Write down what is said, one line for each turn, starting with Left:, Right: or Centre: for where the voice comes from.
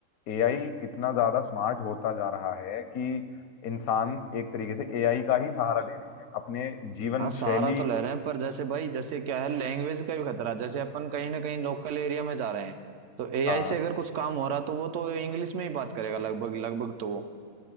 Left: एआई इतना ज्यादा स्मार्ट होता जा रहा है कि इंसान एक तरीके से एआई का ही सहारा ले रहे हैं अपने जीवन
Right: हाँ सहारा
Left: शैली
Right: तो ले
Left: को
Right: रहे हैं पर जैसे भाई जैसे क्या है लैंग्वेज का भी खतरा है। जैसे अपन कहीं ना कहीं लोकल एरिया में जा रहे हैं तो एआई
Left: हाँ
Right: से अगर कुछ काम हो रहा तो वो तो इंग्लिश में ही बात करेगा लगभग लगभग तो वो